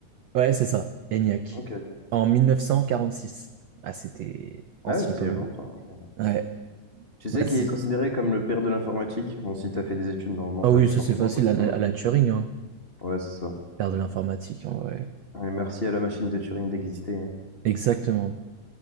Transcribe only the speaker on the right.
Ouais, c'est ça, ENIAC.
En 1946. Ah, c'était ancien
quand
même.
Ouais,
vas-y.
Ah
oui, ça
c'est facile,
Alan
Alan Turing, hein.
Faire de l'informatique, en vrai.
Exactement.